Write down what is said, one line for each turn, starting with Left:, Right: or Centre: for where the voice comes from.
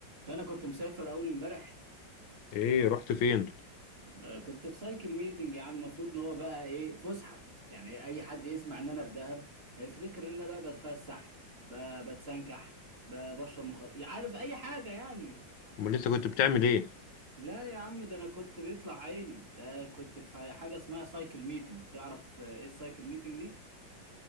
Right: فانا كنت مسافر اول امبارح
Left: ايه رحت فين
Right: آه، كنت في سايكل ميتنج يا عم المفروض ان هو بقى ايه فسحه يعني اي حد يسمع ان انا في دهب هيفتكر ان انا بقى بتفسح ب- بتسنكح ب- بشرب مخدرات عارف اي حاجه يعني
Left: امال انت كنت بتعمل ايه
Right: لا يا عم ده انا كنت بيطلع عيني ده كنت في حاجه اسمها سايكل ميتنج تعرف آه، ايه السايكل ميتنج دي